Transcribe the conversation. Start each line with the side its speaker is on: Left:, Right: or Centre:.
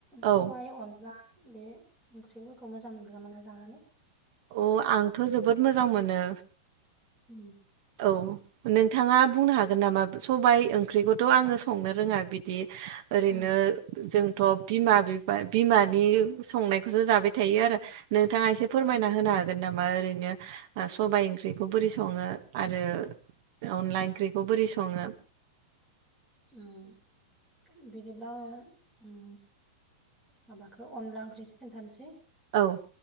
Centre: सबायाइ
Right: ओ
Centre: अन्ला बे ओंख्रिफोरखौ मोजां मोनग्रा मोना जानानै
Right: अ आंथ' जोबोद मोजां मोनो।
Centre: उम
Right: औ नोंथाङा बुंनो हागोन नामा सबाय ओंख्रिखौथ' आङो संनो रोङा बिदि ओरैनो
Centre: उम
Right: जोंथ' बिमा बिफा बिमानि संनायखौसो जाबाय थायो आरो नोंथाङा
Centre: औ
Right: समायना होनो हागोन नामा ओरैनो सबाइ ओंख्रिखौ बोरै सङो आरो। अनला ओंख्रिखौ बोरै सङो?
Centre: उम बिदिब्ला उम माबाखौ अनला ओंख्रि खोनन्थानोसै।
Right: औ